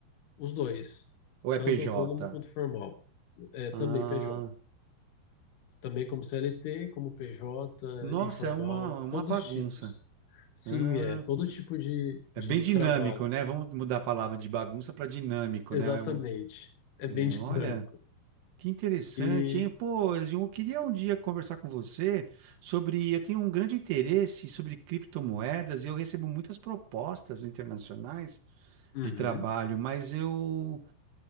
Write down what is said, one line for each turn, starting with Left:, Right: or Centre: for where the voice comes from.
Left: os dois,
Right: Ou
Left: tanto
Right: é P J
Left: autônomo quanto formal, é, também
Right: Ah,
Left: PJ, também como CLT, como PJ,
Right: nossa,
Left: informal,
Right: é uma, uma
Left: todos
Right: bagunça.
Left: os tipos, sim,
Right: Ah,
Left: é todo tipo de,
Right: é
Left: de
Right: bem dinâmico,
Left: trabalho,
Right: né? Vamos mudar a palavra de bagunça para dinâmico,
Left: exatamente,
Right: né? É um-
Left: é
Right: é,
Left: bem <laughs> dinâmico
Right: olha, que interessante,
Left: e
Right: hein? Pô, eu queria um dia conversar com você sobre. Eu tenho um grande interesse sobre criptomoedas e eu recebo muitas propostas internacionais
Left: uhum,
Right: de trabalho, mas eu